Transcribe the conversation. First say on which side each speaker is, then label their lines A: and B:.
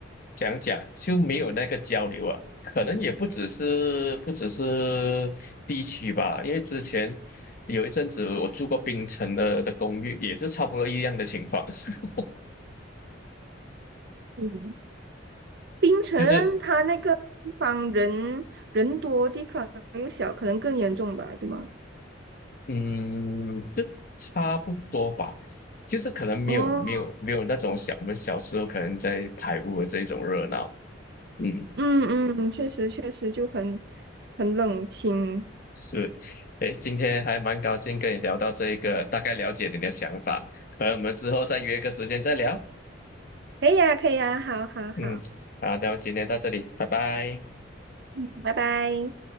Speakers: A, on the left; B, on the right.
A: 讲讲就没有那个交流啊，可能也不只是不只是地区吧，因为之前。有一阵子我住过冰城的的公寓，也是差不多一样的情况，<laughs>
B: 嗯槟城它那个地方人人多，
A: 就是
B: 地方又小，可能更严重吧，对吗？
A: 嗯，就差不多吧，就是可能没有没有没有那种小我们小时候可能在台湾的这种热闹，
B: 哦，
A: 嗯，
B: 嗯嗯，确实确实就很很冷清。
A: 是，诶，今天还蛮高兴跟你聊到这个，大概了解你的想法，可能我们之后再约个时间再聊，
B: 可以呀，可以呀，好好好，
A: 嗯，好，那么今天到这里，拜拜。
B: 嗯，拜拜。